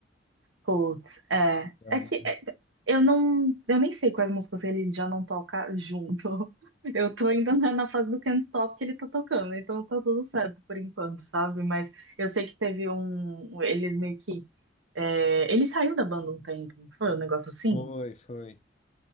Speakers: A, on the right; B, on the left.
A: Putz, é.
B: <laughs> Pra
A: É
B: mim.
A: que é, eu não. Eu nem sei quais músicas ele já não toca junto. <laughs> Eu tô ainda na, na fase do Can't Stop que ele tá tocando, então tá tudo certo por enquanto, sabe? Mas eu sei que teve um. Eles meio que É, ele saiu da banda um tempo, não foi um negócio assim?
B: Foi, foi.